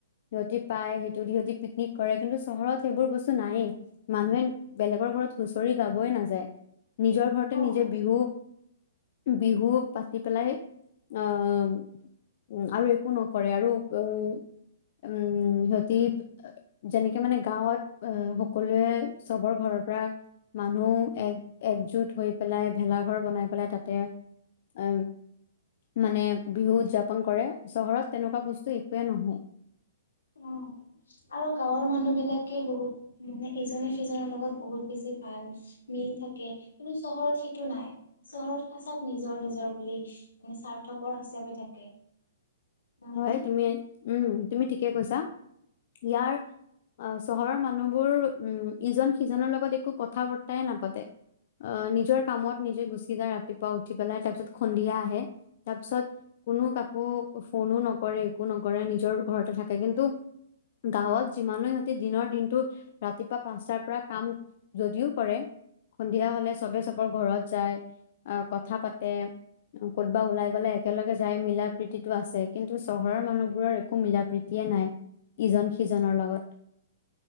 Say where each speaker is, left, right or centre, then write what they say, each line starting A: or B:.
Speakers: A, on the left (about 50°); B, on the left (about 75°).
A: সিহঁতি পায়, সেইটোদি সিহঁতি পিকনিক কৰে, কিন্তু চহৰত সেইবোৰ বস্তু নায়েই। মানুহে বেলেগৰ ঘৰত হুঁচৰি গাবই নাযায়। নিজৰ ঘৰতেে নিজে
B: অ
A: বিহু বিহু পাতি পেলাই আহ উ আৰু একো নকৰে, আৰু এ উম সিহতি যেনেকে মানে গাঁৱত আহ সকলোৱে চবৰ ঘৰৰ পৰা মানুহ এক একজোট হৈ পেলাই ভেলাঘৰ বনাই পেলাই তাতে এ মানে বিহু উৎযাপন- পন কৰে চহৰত তেনেকুৱা বস্তু একোৱে নহয়।
B: অ' আৰু গাঁৱৰ মানুহ বিলাকে বহুত মানে ইজনে সিজনৰ লগত বহুত বেছি ভাল মিল থাকে, কিন্তু চহৰত সেইটো নাই। চহৰত সব নিজৰ নিজৰ বুলি মানে স্বাৰ্থপৰ হিচাপে থাকে। নহয়নে
A: হয়। তুমি উম তুমি ঠিকে কৈছা, ইয়াৰ চহৰৰ মানুহবোৰ উম ইজন সিজনৰ লগত একো কথা বৰ্তাই নাপাতে, আহ নিজৰ কামত নিজে গুচি যায় ৰাতিপুৱা উঠি পেলাই তাৰ পিছত সন্ধিয়া আহে তাৰ পিছত কোনো কাকো ফোনো নকৰে একো নকৰে নিজৰ ঘৰতে থাকে, কিন্তু গাঁৱত যিমানো সিহ'তি দিনৰ দিনটো ৰাতিপুৱা পাঁচটাৰ পৰা কাম যদিওঁ কৰে সন্ধিয়া হ'লে চবে চব বাৰ ঘৰত যাই, আহ কথা পাতে, ক'তবা ওলাই গ'লে একেলগে যাই মিলা প্ৰতিটো আছে। কিন্তু চহৰৰ মানুহবোৰৰ একো মিলাপ্ৰীতিয়ে নাই ইজন সিজনৰ লগত।